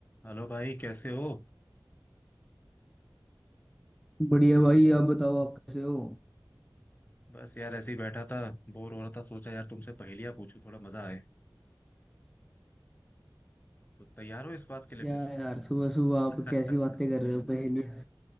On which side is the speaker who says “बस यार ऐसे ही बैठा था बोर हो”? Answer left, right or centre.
Left